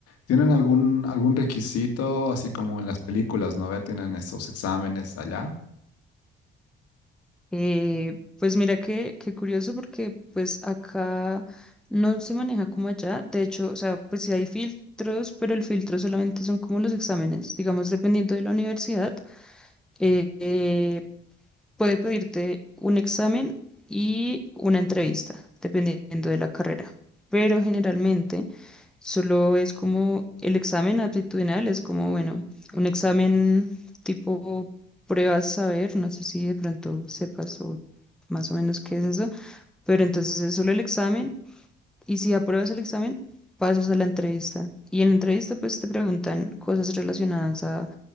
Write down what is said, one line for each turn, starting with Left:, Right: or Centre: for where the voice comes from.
Left: ¿Tienen algún, algún requisito, así como en las películas, ¿no ve? Tienen esos exámenes allá?
Centre: Eh, pues mira que, qué curioso porque pues acá no se maneja como allá. De hecho, o sea, pues sí hay filtros, pero el filtro solamente son como los exámenes. Digamos, dependiendo de la universidad, eh, eh, puede pedirte un examen y una entrevista, dependiendo de la carrera. Pero generalmente solo es como el examen aptitudinal, es como, bueno, un examen tipo pruebas saber, no sé si de pronto sepas o más o menos qué es eso, pero entonces es solo el examen y si apruebas el examen, pasas a la entrevista. Y en la entrevista pues te preguntan cosas relacionadas a